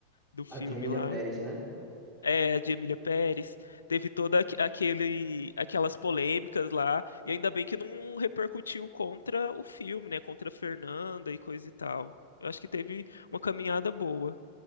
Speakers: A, on the left; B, in the centre.
A: do filme
B: A de Emília
A: lá.
B: Pérez, né?
A: É, de Emília Pérez. Teve toda aque- aquele, aquelas polêmicas lá. E ainda bem que não repercutiu contra o filme, né? Contra a Fernanda e coisa e tal. Eu acho que teve uma caminhada boa.